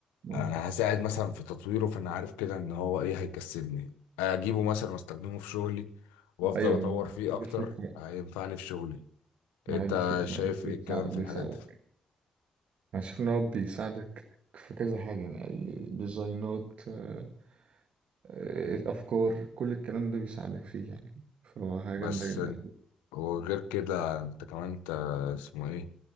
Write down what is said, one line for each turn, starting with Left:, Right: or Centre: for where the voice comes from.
Right: آه.
Left: انا هساعد مثلا في تطويره فانا عارف كده ان هو ايه هيكسبني اجيبه مثلا واستخدمه في شغلي وافضل
Right: ايوه
Left: اطور
Right: ما هو
Left: فيه
Right: دي
Left: اكتر
Right: الفكرة
Left: هينفعني في شغلي
Right: ما
Left: انت
Right: هي دي الفكرة
Left: شايف
Right: يعني بيساعد-
Left: ايه الكلام في
Right: بيساعدك
Left: الحاجات دي
Right: انا شايف ان هو بيساعدك في كذا حاجة يعني اي ديزاينات آه، آه، افكار كل الكلام ده بيساعدك فيه يعني فهو حاجة
Left: بس
Right: جامدة جدا
Left: وغير كده انت كمان انت اسمه ايه